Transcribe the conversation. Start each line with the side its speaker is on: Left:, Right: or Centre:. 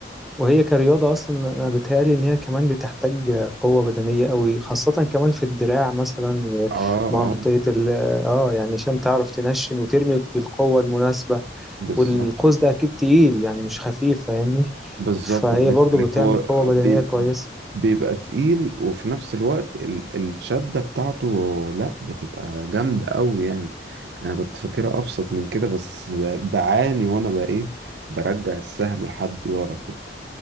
Centre: وهي كرياضة أصلا أنا بتهيألي إن هي كمان بتحتاج قوة بدنية قوي خاصة كمان في الدراع مثلا
Right: آه
Centre: ومنطقة
Right: آه
Centre: ال اه يعني عشان تعرف تنشن وترمي بالقوة المناسبة
Right: بالظبط
Centre: والقوس ده أكيد تقيل يعني مش خفيف فاهمني
Right: بالظبط
Centre: فهي
Right: الله
Centre: برضو
Right: يفتح عليك
Centre: بتعمل
Right: هو
Centre: قوة بدنية
Right: بيب-
Centre: كويسة
Right: بيبقى تقيل وفي نفس الوقت ال... الشدة بتاعته لا بتبقى جامدة أوي يعني أنا كنت فاكرها أبسط من كده بس ب... بعاني وأنا بقى إيه برجع السهم لحد ورا كده